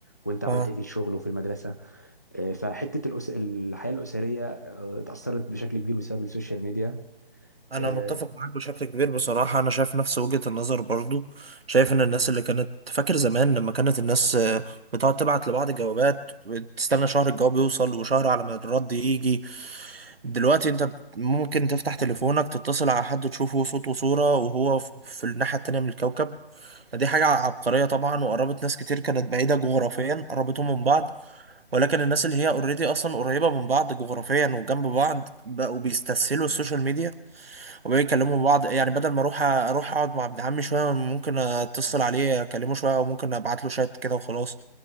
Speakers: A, on the left; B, on the right.
A: وانت عملت
B: اه
A: ايه في الشغل وفي المدرسه آه، فحته الأس... الحياه الاسريه آه، اتاثرت بشكل كبير بسبب السوشيال ميديا
B: انا
A: آه،
B: متفق معاك بشكل كبير بصراحه انا شايف نفس وجهه النظر برضو شايف ان الناس اللي كانت فاكر زمان لما كانت الناس آه، بتقعد تبعت لبعض جوابات وتستنى شهر الجواب يوصل وشهر على ما الرد يجي دلوقتي انت ممكن تفتح تليفونك تتصل على حد تشوفه صوت وصوره وهو في في الناحيه التانيه من الكوكب دي حاجة عبقرية طبعا وقربت ناس كتير كانت بعيدة جغرافيا قربتهم من بعض ولكن الناس اللي هي اوريدي أصلا قريبة من بعض جغرافيا وجنب بعض بقوا بيستسهلوا السوشيال ميديا وبقوا يكلموا بعض يعني بدل ما أروح أروح أقعد مع ابن عمي شوية ممكن أتصل عليه أكلمه شوية أو ممكن أبعت له شات كده وخلاص